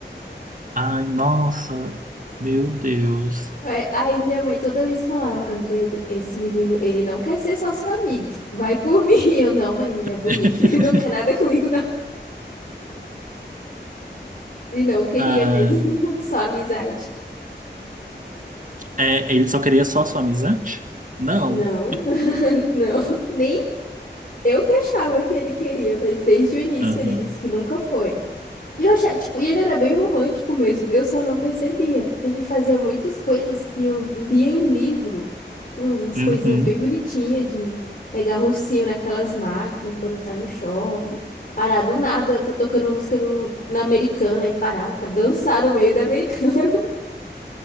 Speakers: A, on the right; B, on the left.
A: Ai, nossa, meu Deus.
B: Aí aí minha mãe toda vez falava, Andresa, esse menino, ele não quer ser só seu amigo, vai por <laughs> mim. E eu, não, mãe, ele é bonito,
A: <laughs>
B: ele não quer nada comigo, não. E não queria
A: Ai,
B: mesmo, <laughs> só amizade.
A: é, ele só queria só sua amizade? Não.
B: Não, <laughs> não, nem eu que achava que ele queria, mas desde o início
A: Aham.
B: ele disse que nunca foi. E eu achava, tipo, e ele era bem romântico mesmo, eu só não percebia. Ele fazia muitas coisas que eu lia em livro, uns- umas
A: Uhum.
B: coisinhas bem bonitinhas de pegar ursinho naquelas máquinas quando tá no shopping, parar do nada, tá tocando uma música no, tipo, na americana e parava pra dançar no meio da americana. <laughs>